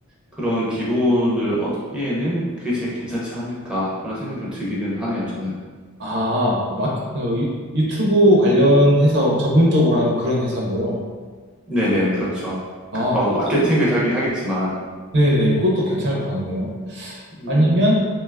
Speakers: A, in the centre; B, on the right (about 50°).
A: 그런 기본을 얻기에는 그게 제일 괜찮지 않을까라는 생각이 좀 들기는 하네요, 저는.
B: 아, 막, 어, 유, 유튜브 관련해서 전문적으로 하는 그런 회사로요.
A: 네네, 그렇죠.
B: 아,
A: 그, 뭐,
B: 그것도,
A: 마케팅 회사긴 하겠지만,
B: 네네, 그것도 괜찮을 것 같네요.
A: 그-
B: 아니면,